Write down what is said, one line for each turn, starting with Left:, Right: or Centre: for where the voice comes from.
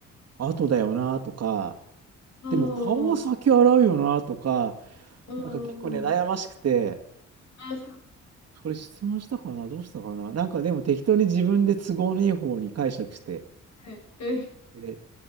Right: 後だよなとか、
Left: あ、
Right: でも顔は先洗うよなとか、
Left: うんうん。
Right: なんか結構ね、悩ましくて、
Left: あ、
Right: それ質問したかなどうしたかななんかでも適当に自分で都合のいい方に解釈して、
Left: はい。え、
Right: で、